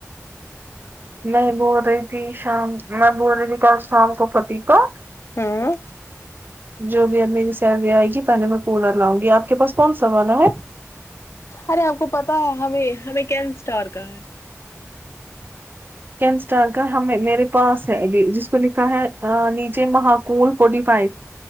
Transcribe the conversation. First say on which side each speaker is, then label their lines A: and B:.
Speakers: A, on the right; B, on the left.
A: میں بول رہی تھی شام میں بول رہی تھی کل شام کو پتی کو
B: ہاں
A: جو بھی اب میری سیلری آئے گی پہلے میں کولر لاؤں گی آپ کے پاس کون سا والا ہے
B: ارے آپ کو پتا ہے ہمیں ہمیں کین اسٹار کا ہے
A: کینسٹار کا ہمیں میرے پاس ہےابی جس کو لکھا ہے نیچے مہاکول فورٹی فائیو